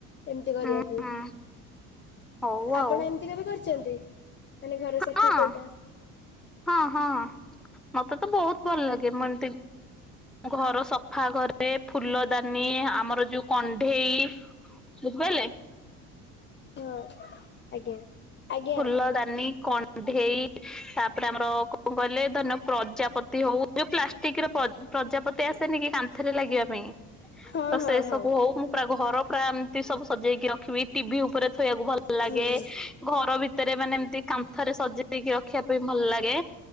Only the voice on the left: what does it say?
ଏମିତି କରିବାକୁ
ଆପଣ ଏମିତି କେବେ କରିଛନ୍ତି? ମାନେ ଘର ସଫା
କୋଉଟା
ହଁ ଆଜ୍ଞା। ଆଜ୍ଞା
ହଁ
ହଁ
ହଁ
ହୁଁ